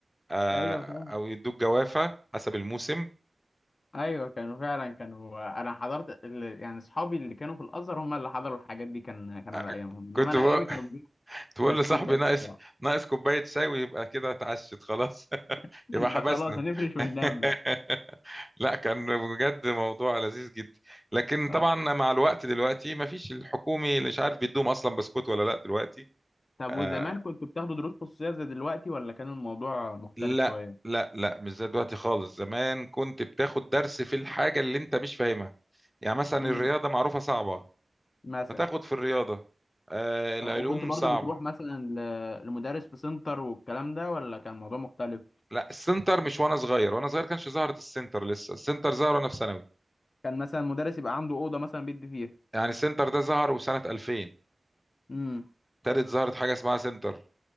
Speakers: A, in the centre; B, on the left (about 75°).
A: آه،
B: ايوه فاهم
A: او يدوك جوافه حسب الموسم
B: ايوه كانوا فعلا كانوا انا حضرت ال... يعني اصحابي اللي كانوا في الازهر هم اللي حضروا الحاجات دي كان كان
A: آه،
B: على ايامهم
A: كنت
B: انما انا
A: بقول
B: ايامي
A: <laughs>
B: كانوا بيجيبوا
A: كنت بقول
B: بسكوت
A: لصاحبي
B: بس
A: ناقص
B: بصراحه
A: ناقص كوبايه شاي ويبقى كده اتعشت خلاص <laughs>
B: <laughs>
A: يبقى حبسنا
B: ده خلاص هنفرش وننام بقى
A: <laughs> لا كان بجد موضوع لذيذ جدا لكن
B: آه.
A: طبعا مع الوقت دلوقتي ما فيش الحكومي اللي مش عارف بيدوم اصلا بسكوت ولا لا دلوقتي
B: طب
A: آه،
B: وزمان كنتوا بتاخدوا دروس خصوصيه زي دلوقتي ولا كان الموضوع مختلف
A: لا
B: شويه
A: لا لا مش زي دلوقتي خالص زمان كنت بتاخد درس في الحاجة اللي انت مش فاهمها يعني مثلا
B: امم
A: الرياضة معروفة صعبة
B: مثلا
A: فتاخد في الرياضة آه العلوم
B: آه، وكنت برضو
A: صعبة
B: بتروح مثلا ل- لمدرس في سنتر والكلام ده ولا كان الموضوع مختلف
A: لا السنتر مش وانا صغير وانا صغير كانش ظهرت السنتر لسه السنتر ظهر وانا في ثانوي
B: كان مثلا مدرس يبقى عنده أوضة مثلا بيدي فيها
A: يعني السنتر ده ظهر وسنة 2000
B: امم
A: ابتدت ظهرت حاجة اسمها سنتر